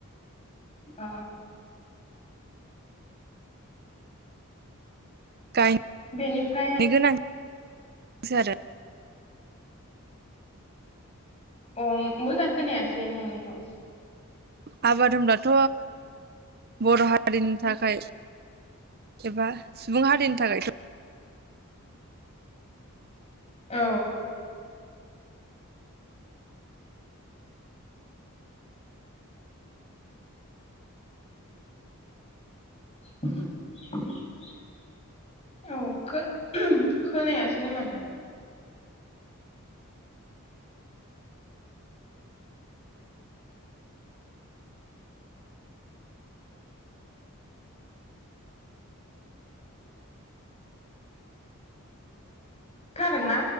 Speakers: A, on the left; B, on the right.
A: अ।
B: गाय
A: बेनिफ्राय
B: <unintelligible>
A: अ मोजां खोनायासै नोंनिखौ।
B: <unintelligible> ब्लाथ' बर' हारिनि थाखाय एबा सुबुं हारिनि थाखायथ'
A: औ। <inaudible> औ खो-खोनायासैनो माथो। खोनादोंना?